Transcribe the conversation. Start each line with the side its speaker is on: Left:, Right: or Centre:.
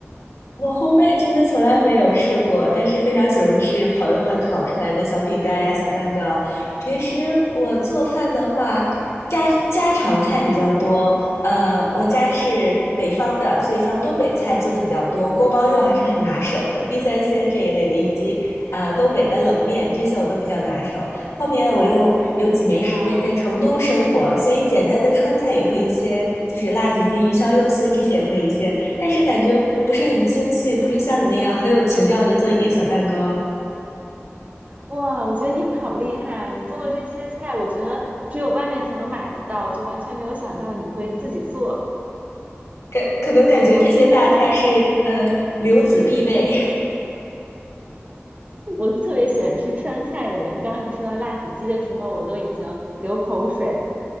Left: 我烘焙真的从来没有试过，但是非常喜欢吃朋友们烤出来的小饼干呀、小蛋糕。平时我做饭的话，家家常菜比较多。呃，我家是北方的，所以像东北菜做的比较多，锅包肉还是很拿手的，地三鲜这一类的，以及呃东北的冷面，这些我都比较拿手。后面我又有几年时间在成都生活，
Right: 啊。
Left: 所以简单的川菜也会一些，就是辣子鸡、鱼香肉丝这些也会一些。但是感觉不是很精细，不是像你那样很有情调的做一点小蛋糕。
Right: 哇，我觉得你好厉害啊！你做的这些菜，我觉得只有外面才能买得到，就完全没有想到你会自己做。
Left: 感可能感觉这些大菜是呃留子必备，
Right: 我是一个特别特别，我是特别喜欢吃川菜的人。刚刚你说到辣子鸡的时候，我都已经流口水了。